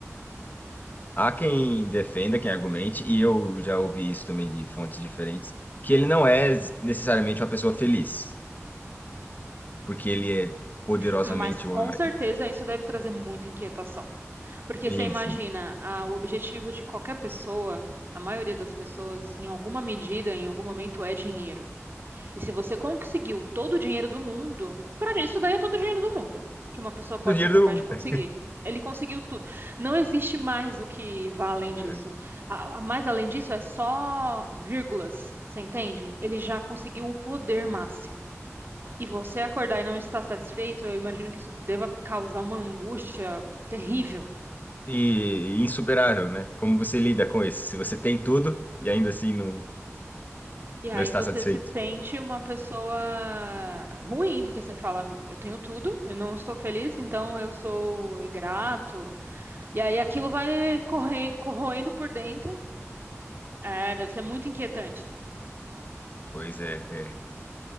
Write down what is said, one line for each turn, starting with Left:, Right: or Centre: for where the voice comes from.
Left: Há quem defenda, quem argumente, e eu já ouvi isso também de fontes diferentes, que ele não é necessariamente uma pessoa feliz, porque ele é poderosamente
Right: Mas com
Left: um homem. mais-
Right: certeza isso deve trazer muita inquietação. Porque
Left: Sim,
Right: você imagina,
Left: sim.
Right: ah, o objetivo de qualquer pessoa, a maioria das pessoas, em alguma medida, em algum momento, é dinheiro. E se você conseguiu todo o dinheiro do mundo, para isso daí é todo o dinheiro do mundo que uma pessoa pode
Left: do dinheiro
Right: ser capaz
Left: do mundo.
Right: de conseguir. Ele conseguiu tudo. Não existe mais o que vá além disso.
Left: É.
Right: A, a- mais além disso é só vírgulas, você entende? Ele já conseguiu o poder máximo. E você acordar e não estar satisfeito, eu imagino que isso deva causar uma angústia terrível.
Left: E, e insuperável, né? Como você lida com isso? Se você tem tudo e ainda assim não,
Right: E aí
Left: não está
Right: você
Left: satisfeito.
Right: se sente uma pessoa ruim, porque você fala, eu tenho tudo, eu não estou feliz, então eu sou ingrato. E aí aquilo vai corre- corroendo por dentro. É, deve ser muito inquietante.
Left: Pois é, é.